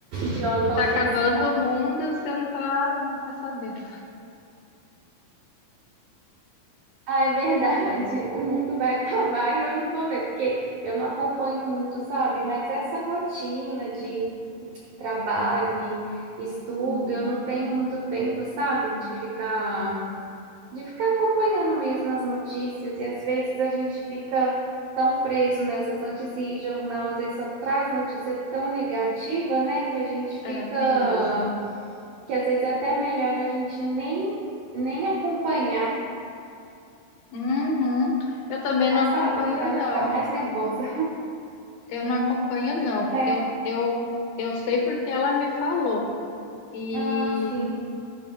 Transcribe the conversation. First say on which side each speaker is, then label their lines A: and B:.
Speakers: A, on the right; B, on the left.
A: de qualquer
B: Tá acabando
A: cidade.
B: o mundo e você não tá, não tá sabendo.
A: Ah, é verdade. O mundo vai acabar e eu não vou ver, porque eu não acompanho muito, sabe? Mas essa rotina de trabalho e estudo,
B: Hum,
A: eu não tenho
B: hum.
A: muito tempo, sabe? De ficar de ficar acompanhando mesmo as notícias, e às vezes a gente fica tão preso nessas notícias, e jornal às vezes só traz notícia tão negativa, né, que a gente fica,
B: É mesmo.
A: que às vezes é até melhor a gente nem, nem acompanhar,
B: Uhum. Eu também não acompanho,
A: sabe, para
B: não.
A: não ficar mais nervosa.
B: Eu não acompanho, não.
A: É,
B: Eu, eu, eu sei porque ela me falou. E
A: ah, sim.